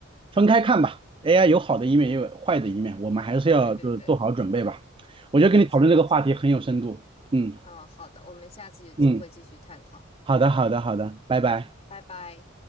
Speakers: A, on the right (about 25°); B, on the left (about 30°).
A: 分开看吧。AI 有好的一面，也有坏的一面，我们还是要就是做好准备吧。
B: 对对对，
A: 我觉得跟你讨论这个话题很有深度。
B: 没错没错。
A: 嗯
B: 嗯，好的，我们下次有机会继续探讨。
A: 嗯，好的好的好的，拜拜。
B: 拜拜。